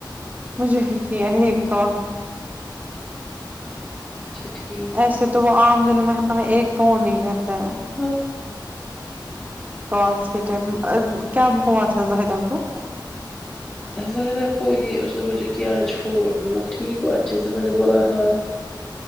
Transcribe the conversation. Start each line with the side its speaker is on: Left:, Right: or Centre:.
Right: مجھے بھی کیا ایک کات
Left: اچھا ٹھیک
Right: ایسے
Left: <inaudible>
Right: تو وہ عام دنوں میں ہمیں ایک فون نہیں کرتا ہے
Left: ہاں
Right: ک کے ٹائم کیا ہوا تھا زاہدہ کو
Left: زظدہ گو یہ اس نے مجھے ک آج فون بوللا ٹھیک گو اچا ج میں نے بولا ہا <unintelligible>